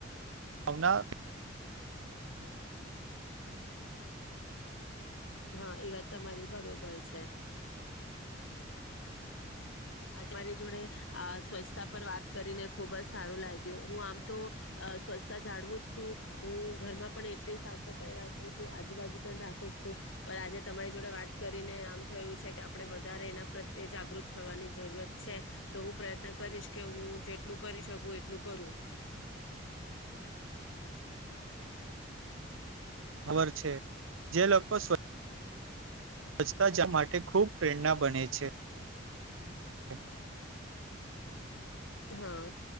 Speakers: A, on the right; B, on the left.
A: ભાવના
B: હા એ વાત તમારી બરોબર છે અમારી જોડે અ સ્વસ્થ સ્તા પર વાત કરીને ખુબ જ સારું લાગ્યું હું આમ તો સ્વચ્છતા જાળવું જ છું હું ઘરમાં પણ એટલી સાફ સફાઈ રાખું છું આજુબાજુ પણ રાખું જ છું પણ આજે તમારી જોડે વાત કરીને આમ થયું છે કે આપડે વધારે એના પ્રત્યે જાગૃત થવાની જરૂરત છે તો હું પ્રયત્ન કરીશ કે હું જેટલું કરી શકું એટલું કરું
A: <inaudible> છે જે લોકો સ્વ સ્વચતા જ માટે ખૂબ પ્રેરણા બને છે હ
B: હા